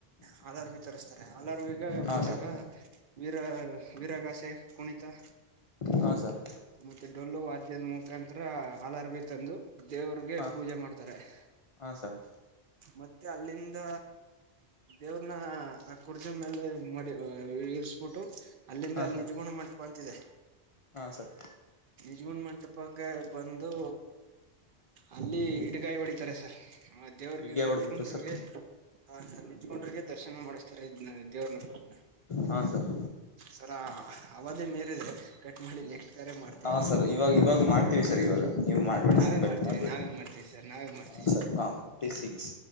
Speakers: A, on the right (about 60°); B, on the left (about 55°).
A: ಹಾಲರ್ಬಿ ತರಿಸ್ತಾರೆ ಹಲರ್ಬಿ
B: ಹಾ
A: ಬರಾಗ
B: ಸರ್
A: ವೀರ ವೀರಾಗಾಸೆ ಕುಣಿತಾ
B: ಹಾ ಸರ್
A: ಮತ್ತೆ ಡೊಳ್ಳು ವಾದ್ಯದ ಮುಖಾಂತರ ಹಾಲರ್ಬಿ ತಂದು ದೇವ್ರಿಗೆ
B: ಹಾ
A: ಪೂಜೆ ಮಾಡ್ತಾರೆ <inaudible>
B: ಹಾ ಸರ್
A: ಮತ್ತೆ ಮತ್ತೆ ಅಲ್ಲಿಂದ ದೇವ್ರನ ಆ ಕುರ್ಜಿನ ಮೇಲೆ ಮಡಿ ಇರ್ಸ್ಬಿಟ್ಟು ಅಲ್ಲಿಂದ
B: ಹಾ
A: ಅಲ್ಲಿ
B: ಸರ್
A: ನಿಜಗು ಮಾಡ್ ಬಂತಿದೆ
B: ಹಾ ಸರ್
A: ನಿಜಗಂಡ್ ಮಂಟಪಕ್ಕೆ ಬಂದು ಅಲ್ಲಿ ಇಡಗಾಯಿ ಹೊಡಿತಾರೆ ಸರ್ ಹ ದೇವ್ರಿಗೆ
B: ಇಟ್ಗೆ
A: ನಿಜಗುಂಡಿರ್ಗೆ
B: ಹೊಡೆದ್ಬಿಟ್ಟು ಸರ್
A: ಹಾ ನಿರ್ಜ ಗುಂಡ್ರಿಗೆ ದರ್ಶನ ಮಾಡಿಸತಾರೆ ದೇವ್ರನ್ನ ಕೂಡ್ತಿನ
B: ಹಾ ಸರ್
A: ಸರ ಅವಧಿ ಮೀರಿದೆ ಕಟ್ ಮಾಡಿ ನೆಕ್ಸ್ಟ್ ಕರೆ ಮಾಡ್ತೀವಿ
B: ಹಾಂ ಸರ್ ಇವಾಗ್ ಇವಾಗ ಮಾಡ್ತೀವಿ ಸರ್ ಇವಾಗ ನೀವ್ ಮಾಡ್ಬೇಡಿ
A: ನಾವೇ
B: ಸರ್ ಕಟ್
A: ಮಾಡ್ತೀವಿ
B: ಮಾಡ್ಬೇಡಿ.
A: ನಾವೇ ಮಾಡ್ತೀವಿ ಸರ್ ನಾವೇ ಮಾಡ್ತೀವಿ
B: ಹಾಂ ಸರ್ ಹಾ ಫಿಫ್ಟಿ ಸಿಕ್ಸ್